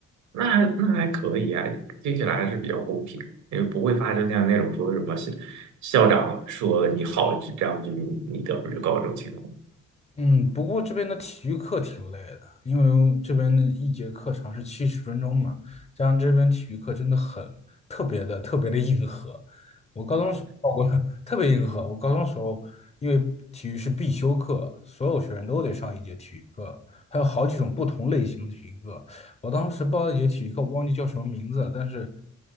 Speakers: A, on the right (about 70°); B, on the left (about 20°).
A: 那还那还可以啊，听起来还是比较公平的，为不会发生像那种说什么校校长说你好，就这样就你你得分就高这种情况。
B: 嗯，不过这边的体育课挺累的，因为这边的一节课长是七十分钟嘛，加上这边体育课真的很特别的特别的硬核。我高中时。特别硬核。我高中时候因为体育是必修课，所有学生都得上一节体育课，还有好几种不同类型的体育课。我当时报了一节体育课，我忘记叫什么名字了，但是